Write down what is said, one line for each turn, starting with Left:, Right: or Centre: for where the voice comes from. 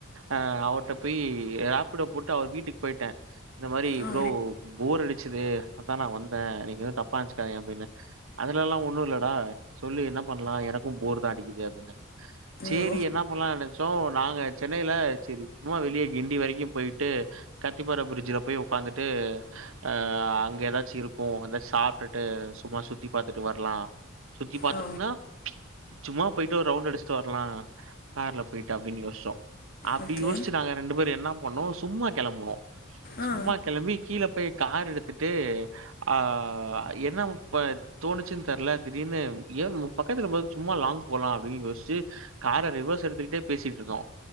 Right: ஆ அவ்ட போய் ராப்பிடோ போட்டு அவர் வீட்டுக்கு போயிட்டே இந்த மாறி
Left: ஆ
Right: ப்ரோ போர் அடிச்சுது அதா நா வந்தே நீங்க எது தப்பா நினைச்சுக்காதங்க அப்படின்னே அதுல எல்லா ஒன்னு இல்லடா சொல்லி என்ன பண்ணலா எனக்கு போர் தா அடிக்குது அப்படின்னாங்க சேரி
Left: ஓ
Right: என்ன பண்ணலா எனக்கு சோ நாங்க சென்னையில சேரி சும்மா வெளிய கிண்டி வரைக்கு போயிட்டு கத்திப்பற பிரிட்ஜ்ல போய் உட்காந்துட்டு அ அங்க ஏதாச்சு இருக்கு அத சாப்பிட்டுட்டு சும்மா சுத்தி பாத்துட்டு வரலா சுத்தி பாத்தட்டுன்னா
Left: ஓ
Right: சும்மா போயிட்டு ஒரு ரவுண்ட் அடிச்சுட்டு வரலா கார்ல போயட்டு அப்படின்னு யோசிச்சோ அப்டி
Left: ஓகே
Right: யோசிச்சு நாங்க ரெண்டு பேர் என்ன பண்ணோ சும்மா கிளம்பனோ
Left: ஆ
Right: சும்மா கிளம்பி கீழே போய் கார் எடுத்துட்டு டேய் ஆ என்ன முப்ப தோணுச்சுன்னு தெர்ல திடீனு ஏன் பக்கத்துல போ சும்மா லாங் போகலா அப்டின்னு யோசிச்சு கார ரிவர்ஸ் எடுத்துக்கிட்டே பேசிட்டு இருந்தோ